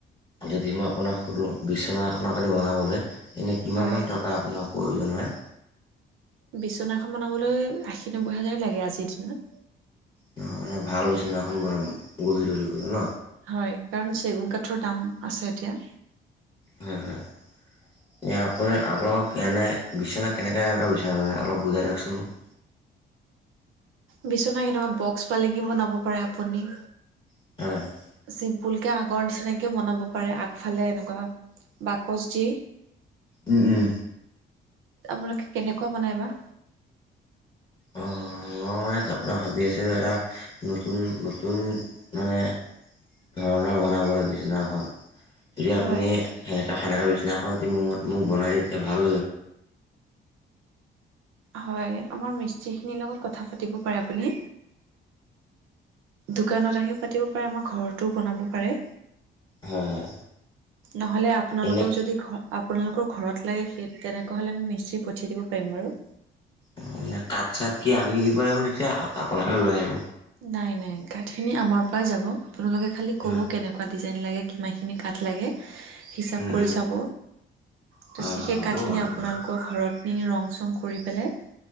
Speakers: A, on the left (about 25°); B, on the right (about 85°).
A: যদি মই আপোনাক সোধোঁ, বিচনা এখন আপোনি বনাবলে এনে কিমানমান
B: হয়
A: টকা আপোনাৰ প্ৰয়োজন হয়?
B: বিচনাখন বনাবলৈ আশী নব্বৈ হাজাৰে লাগে আজিৰ দিনত।
A: নহয় মানে ভাল বিচনা এখন বনাম, গঢ়ি তুলিবলে ন।
B: হয়, কাৰণ চেগুন কাঠৰ দাম আছে এতিয়া।
A: হয়-হয়। এয়া আপোনাৰ আপোনালোকক এনে বিচনা কেনেকে কেনেুকোৱা বিচাৰে অলপ বুজাই দিয়কচোন মোক।
B: বিচনা কেনেকুৱা বক্স পালেঙি বনাব পাৰে আপুনি।
A: <unintelligible>
B: চিম্পুলকে আগৰ নিচিনাকেও বনাব পাৰে আগফালে এনেকুৱা বাকচ দি,
A: উম উম
B: আপোনালোকে কেনেকুৱা বনাই বা।
A: অ', মই মানে আপোনাৰ ভাবি আছো এটা নতুন- নতুন মানে ধৰণৰ বনাবলে বিচনাখন। যদি
B: হয়
A: আপুনি সেনেকা- সেনেকা বিচনা এখন যদি মোক-মোক বনাই দিয়ে, তেতিয়া ভাল।
B: হয়, আমাৰ মিস্ত্ৰীখিনিৰ লগত কথা পাতিব পাৰে আপুনি। দোকানত আহিও পাতিব পাৰে, আমাৰ ঘৰটো বনাব পাৰে।
A: হয়।
B: নহ'লে আপোনালোকক
A: এনে
B: যদি ঘৰ আপোনালোকৰ ঘৰত লাগে সেই তেনেকুৱা হ'লে আমি মিস্ত্ৰী পঠিয়াই দিব পাৰিম বাৰু।
A: অ, কাট-চাট কি আমি দিব লাগিব নে আপোনালোকে লৈ আহিব?
B: নাই, নাই কাঠ খিনি আমাৰ পৰাই যাব আপোনালোকে খালি ক'ব
A: হয়,
B: কেনেকুৱা ডিজাইন লাগে কিমান খিনি কাঠ লাগে। হিচাপ
A: উম,
B: কৰি
A: উম,
B: চাব, তাৰ
A: হয়,
B: পিছত সেই
A: হয়,
B: কাঠ
A: হ'ব বাৰু
B: খিনি
A: তেনেহ'লে,
B: আপোনালোক ঘৰত নি ৰং-চং কৰি পেলাই,